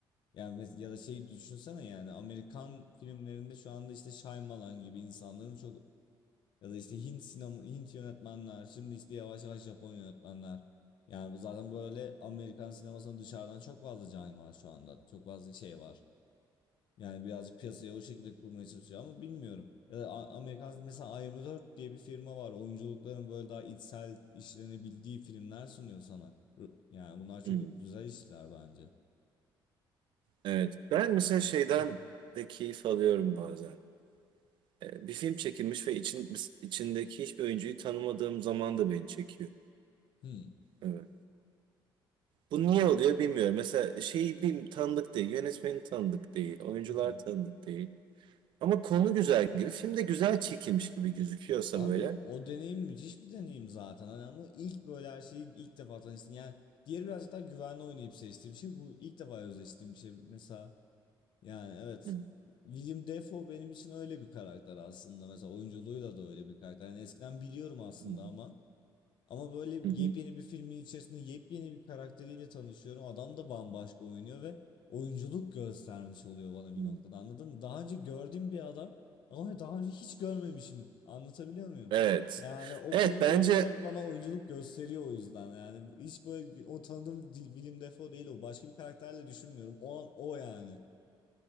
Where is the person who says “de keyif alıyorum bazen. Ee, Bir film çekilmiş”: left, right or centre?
Right